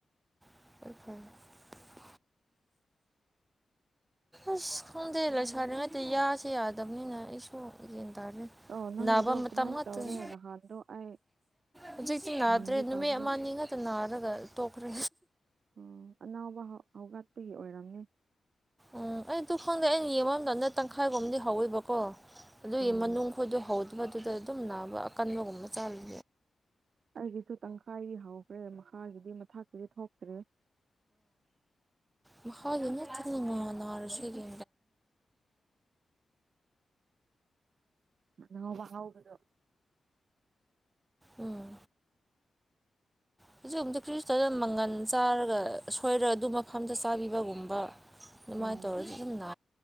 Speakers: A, on the right; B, on the right.
A: <inaudible> ꯑꯁ ꯈꯪꯗꯦ ꯂꯩꯁꯔꯤꯉꯩꯗ ꯌꯥꯁꯦ ꯌꯥꯗꯕꯅꯤꯅ ꯑꯩꯁꯨ ꯒ꯭ꯌꯥꯟ ꯇꯥꯗ꯭ꯔꯦ
B: ꯑꯣ ꯅꯪꯒꯤꯗꯣ
A: ꯅꯥꯕ ꯃꯇꯝ
B: ꯀꯃꯥꯏꯅ
A: ꯉꯥꯛꯇꯅꯤ
B: ꯇꯧꯔꯦ ꯅꯍꯥꯟꯗꯣ ꯑꯩ
A: ꯍꯧꯖꯤꯛꯇꯤ ꯅꯥꯗ꯭ꯔꯦ
B: ꯍꯪꯒꯦ
A: ꯅꯨꯃꯤꯠ
B: ꯇꯧꯕꯗ
A: ꯑꯃꯅꯤꯅꯤ ꯉꯥꯛꯛꯇ ꯅꯥꯔꯒ ꯇꯣꯛꯈ꯭ꯔꯦ
B: ꯑꯣ ꯑꯅꯥꯎꯕ ꯍꯧꯒꯠꯄꯒꯤ ꯑꯣꯏꯔꯝꯅꯦ
A: ꯎꯝ ꯑꯩꯗꯨ ꯈꯪꯗꯦ ꯑꯩꯅ ꯌꯦꯡꯕ ꯃꯇꯝꯗ ꯇꯪꯈꯥꯏꯐꯥꯎꯝꯗꯤ ꯍꯧꯋꯦꯕꯀꯣ ꯑꯗꯨꯒꯤ
B: ꯑꯣ
A: ꯃꯅꯨꯡ ꯈꯣꯏꯗꯣ ꯍꯧꯗꯕꯗꯨꯗ ꯑꯗꯨꯝ ꯅꯥꯕ ꯑꯀꯟꯕꯒꯨꯝꯕ ꯆꯥꯜꯂꯤ
B: ꯑꯩꯒꯤꯁꯨ ꯇꯪꯈꯥꯏ ꯍꯥꯎ ꯍꯣꯔꯦꯟ ꯃꯈꯥꯒꯤꯗꯤ ꯃꯊꯛꯇꯗꯤ ꯊꯣꯛꯇ꯭ꯔꯤ
A: ꯃꯥ ꯏ ꯊꯉꯅꯔꯖ ꯏ
B: ꯅꯕꯕ ꯍꯕꯗꯣ
A: ꯎꯝ ꯍꯧꯖꯤꯛ ꯑꯃꯗꯤ ꯈ꯭ꯔꯤꯁꯇꯅ ꯃꯪꯒꯜ ꯆꯥꯔꯒ ꯁꯣꯏꯔꯒ ꯑꯗꯨ ꯃꯐꯝꯗ ꯆꯥꯕꯤꯕꯒꯨꯝꯕ ꯅꯨꯡꯃꯥꯏ
B: ꯎꯝ
A: ꯇꯧꯔ ꯑꯗꯨꯝꯕ